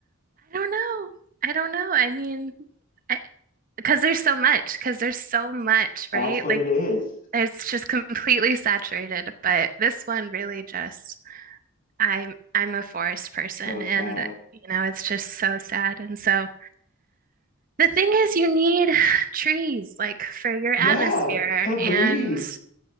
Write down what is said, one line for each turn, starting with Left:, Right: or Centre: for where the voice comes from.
Right: don't know. I don't know. I mean, I, because there's so much, because there's so much,
Left: That's
Right: right?
Left: what
Right: Like
Left: it is.
Right: it's just completely saturated, but this one really just I'm I'm a forest person
Left: It's so sad.
Right: and you know, it's just so sad. And so the thing is you need <sighs> trees like for your
Left: Yeah,
Right: atmosphere
Left: to breathe.
Right: and